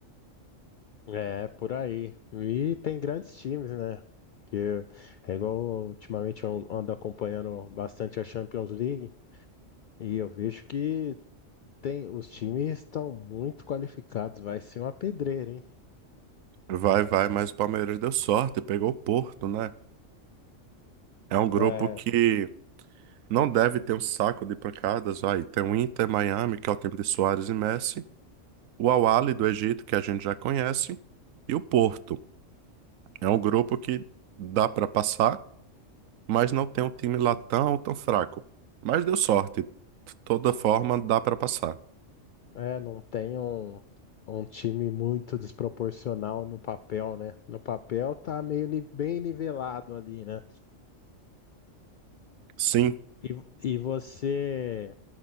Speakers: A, on the left; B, on the right.
A: É, por aí. E tem grandes times, né? Que é igual ultimamente eu ando acompanhando bastante a Champions League e eu vejo que tem os times estão muito qualificados, vai ser uma pedreira, hein?
B: Vai, vai, mas o Palmeiras deu sorte, pegou o Porto, né? É um grupo
A: É,
B: que não deve ter um saco de pancadas, vai. Tem o Inter Miami, que é o time de Suárez e Messi, o Al Ahly do Egito, que a gente já conhece, e o Porto. É um grupo que dá pra passar, mas não tem um time lá tão, tão fraco. Mas deu sorte. De toda forma, dá pra passar.
A: É, não tem um, um time muito desproporcional no papel, né? No papel tá meio ni- bem nivelado ali, né?
B: Sim,
A: E, e você